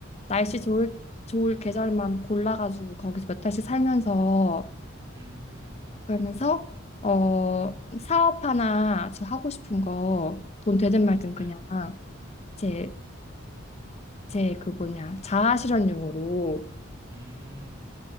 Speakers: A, on the left (about 30°); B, on the right (about 15°).
A: 날씨 좋을 좋을 계절만 골라가지고 거기서 몇 달씩 살면서
B: 음,
A: 그러면서 어, 사업 하나 저 하고 싶은 거 돈 되든 말든 그냥
B: 네.
A: 제, 제 그 뭐냐 자아 실현용으로
B: 음,